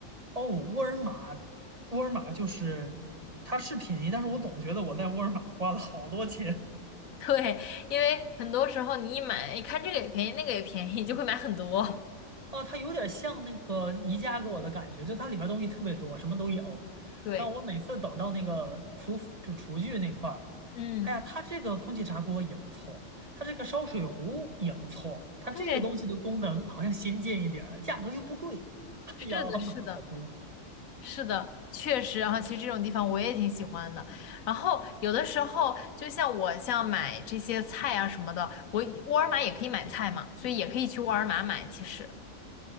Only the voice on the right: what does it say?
哦，沃尔玛，沃尔玛就是它是便宜，但是我总觉得我在沃尔玛花了好多钱。
<laughs> 哦，它有点像那个宜家给我的感觉，就它里边东西特别多，什么都有。
然后我每次走到那个厨就厨具那块儿，
哎呀，它这个空气炸锅也不错，它这个烧水壶也不错，它这个东西的功能好像先进一点儿，
价格又不贵。哎呀，
我买了好多。